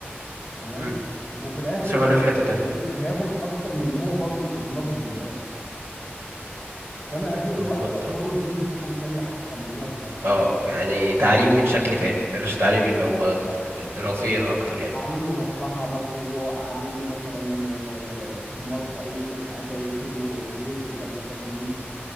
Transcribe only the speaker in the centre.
تمام
وفي الاخر
هو
مش
هيدي- مش هياخد اكتر من اللي هو برضه في دماغه جايباه فانا اشوف
له بقى استثمر
له الفلوس دي في حاجه تانيه احسن من ان انا استثمرها
في التعليم
كده
اه
اعمل له مصلحه مشروع اعمل له مثلا آه، استثمار في اي حاجه يجيب له فلوس يقدر يشتغل منها